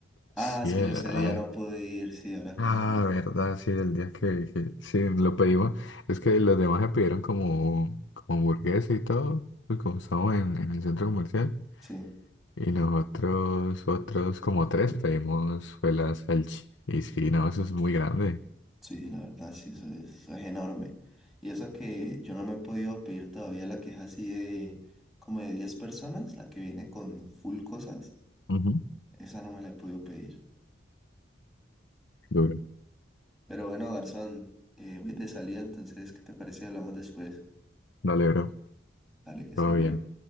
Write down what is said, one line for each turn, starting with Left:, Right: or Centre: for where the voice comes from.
Centre: Ah,
Left: Sí,
Centre: es que yo ese
Left: ah,
Centre: día no pude ir, sí, ahora que
Left: Ah,
Centre: me acuerdo.
Left: verdad, sí, el día que, que sí lo pedimos. Es que los demás se pidieron como, como hamburguesa y todo, pues como estamos en, en el centro comercial.
Centre: Sí,
Left: Y nosotros, otros como tres pedimos fue la salchi. Y sí, no, eso es muy grande.
Centre: sí, la verdad, sí, eso es, eso es enorme. Y eso que yo no me he podido pedir todavía la queja así de como de 10 personas, la que viene con full cosas.
Left: Ujú.
Centre: Esa no me la he podido pedir.
Left: Duro.
Centre: Pero bueno, garzón, eh, voy de salida, entonces, ¿qué te parece? si Hablamos después.
Left: Dale, bro.
Centre: Dale, que esté
Left: Todo
Centre: bien.
Left: bien.